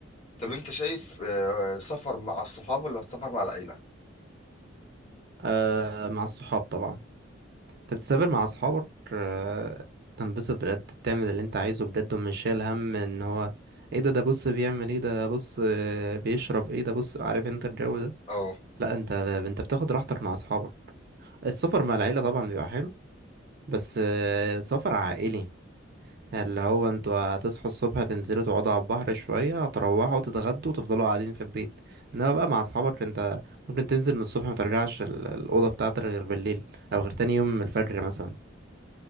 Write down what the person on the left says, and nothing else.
طب انت شايف آه، سفر مع الصحاب ولا سفر مع العيله
اه